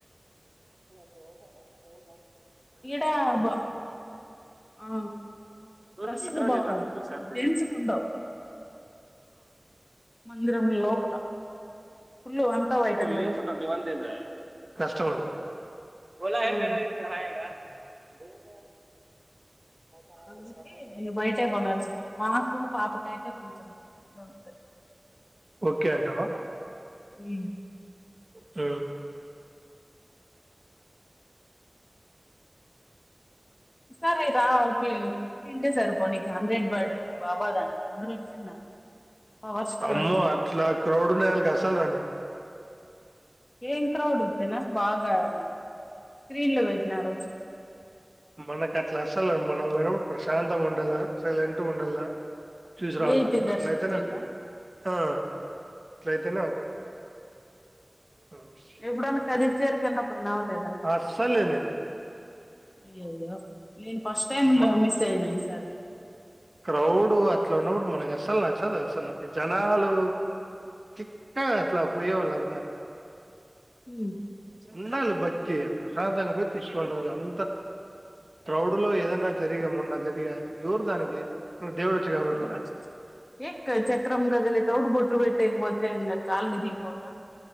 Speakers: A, on the right (about 40°); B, on the left (about 40°).
A: ఓఓగా <unintelligible>
B: ఈడ బ ఆ
A: ఇ <unintelligible>
B: డ్రస్సులు బా
A: దత త పషంత
B: జెంట్స్ కు ఉండవు మందిరం లోపల
A: <unintelligible>
B: ఫుల్ అంతా వైట్ అండ్
A: విో
B: వైటే
A: తద కస్టమ బలా
B: ఆ
A: మ పడాయ దేవుడ ఆ
B: అందుకే బయటే కొనాల్సిందే మాకు పాపకైతే కొంచెం దొరుకుతాయి
A: <inaudible> ఓకే <unintelligible> వా
B: ఇ
A: అ
B: ఇసార రా ప్పు ంటే సర్పోనీ క హండ్రెడ్ బర్తడే బాబా దానికి అందరు వచ్చిన్నారు పవర్ స్టార్
A: అమ్మో
B: వచ్చిన్నారు
A: అట్లా క్రౌడ్ ఉన్న దానికి అసలు రాని
B: ఏం క్రౌడ్ ఇస్తేనా బాగా స్క్రీన్ లో వేసినారు
A: మనకు అట్లా అసలు మనం పోయినప్పుడు ప్రశాంతంగా ఉండాల సైలెంట్గ ఉండాల చూసి
B: విఐపి
A: రావాల
B: దర్శనం
A: అట్లయితేనే
B: ఇలా
A: ఆ అట్లయితేనే ఓకే ఆ,
B: ఎప్పుడన్నా
A: అట్లా
B: కదిరి తేరుకున్న పోయినావా లేదా
A: అస్సలు లేదు నేను
B: అయ్యయ్యో నేను ఫస్ట్ టైమ్
A: మ
B: లో మిస్ అయినా ఈసారి
A: క్రౌడ్ అట్లా ఉన్నప్పుడు మనం అసలు నచ్చదు అసలుట్లు జనాలు తిక్క అట్లా పోయే వాళ్ళు అంతా
B: ఉమ్.
A: ఉండాలి భక్తి ప్రశాంతంగా పోయి తీస్కొని రావల అంత క్రౌడ్ ఊడులో ఏదన్నా జరిగా మొన్న జరిగా యోరు దానికి దేవుడు వచ్చి కాపాడతాడా
B: ఆ ఏక చక్రము కదిలి తౌడుబోట్టు పెట్టి క్పోతే ఇంగ కాళ్లు ఇరిగిపోక